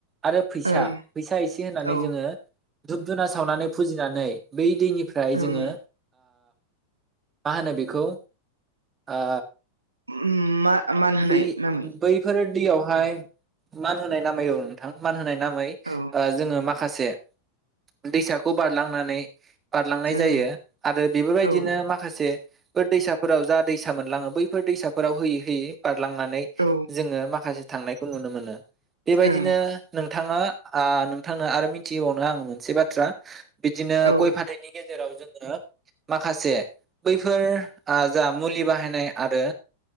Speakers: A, on the right (about 20°); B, on the right (about 75°).
A: आरो फैसा
B: ओं
A: फैसा एसे होननानै
B: औ
A: जोङो धुप धुना सावनानै फुजिनानै बै निफ्राय
B: ओं
A: जोङो मा होनो बेखौ ओ
B: उम मा मान होनाय
A: बै
B: नामै
A: बैफोर यावहाय मान होनाय नाम औ नोंथां मान होनाय जाबाय
B: औ
A: जोङो मा माखासे दैसा खौ बारलांनानै बारलांनाय
B: ओं
A: जायो आरो बेफोरबायदिनो
B: औ
A: माखासे दैसाफोराव जा दैसा मोनलाङो बैफोर दैसाफोराव होयै होयै नांनै
B: औ
A: जोङो माखासे थांनायखौ नुनो मोनो। बेबायदिनो
B: ओं
A: नों थाङा आ नोंथांनो आरो मिथिहोबावनो आङो मोनसे बाथ्रा बिदिनो
B: औ
A: गइ फाथैनि गेजेराव जों माखासे बैफोर आ जा मुलि बाहायनाय आरो